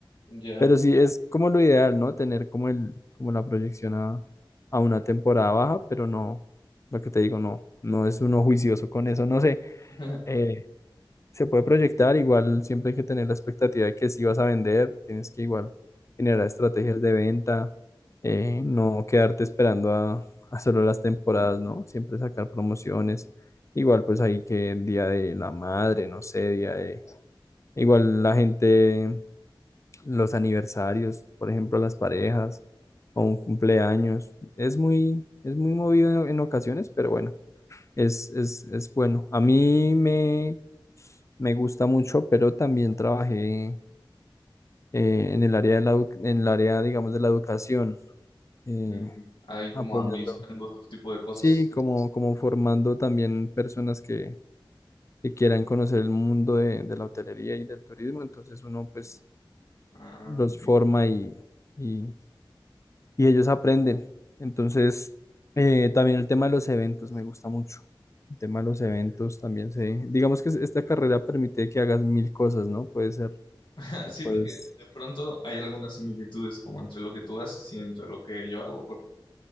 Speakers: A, on the left; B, on the left.
A: Ya.
B: Pero sí es como lo ideal, ¿no? Tener como el, como la proyección a, a una temporada baja, pero no, lo que te digo, no, no es uno juicioso con eso, no sé.
A: <laughs>
B: Eh, se puede proyectar, igual siempre hay que tener la expectativa de que si vas a vender, tienes que igual generar estrategias de venta, eh, no quedarte esperando a, a solo las temporadas, ¿no? Siempre sacar promociones, igual pues ahí que el Día de la Madre, no sé, día de... Igual la gente, los aniversarios, por ejemplo, las parejas o un cumpleaños, es muy, es muy movido en, en ocasiones, pero bueno, es, es, es bueno. A mí me me gusta mucho, pero también trabajé eh, en el área de la, edu- en el área, digamos, de la educación, eh,
A: Mm, Ahí como
B: apoyando,
A: administrando otro tipo de cosas.
B: sí, como, como formando también personas que, que quieran conocer el mundo de, de la hotelería y del turismo, entonces uno pues
A: Ah,
B: los
A: ok.
B: forma
A: ok.
B: y, y, y ellos aprenden. Entonces, eh, también el tema de los eventos me gusta mucho. El tema de los eventos también se, digamos que esta carrera permite que hagas mil cosas, ¿no? Puede ser,
A: <laughs> Siento
B: pues,
A: que de pronto hay algunas similitudes como entre lo que tú haces y entre lo que yo hago, porque